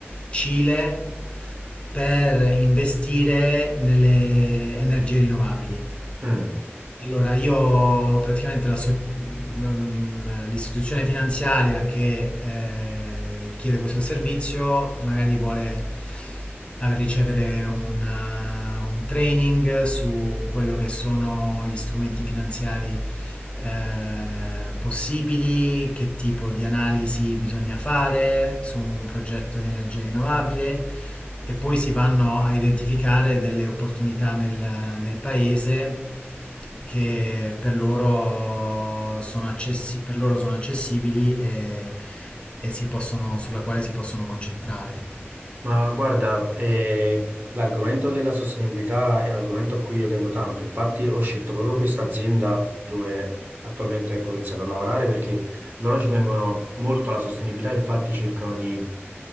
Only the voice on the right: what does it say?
Mm.
Ma guarda, eh, l'argomento della sostenibilità è un argomento a cui io tengo tanto. Infatti ho scelto proprio questa azienda dove attualmente ecco, ho iniziato a lavorare perché loro ci tengono molto alla sostenibilità, infatti cercano di,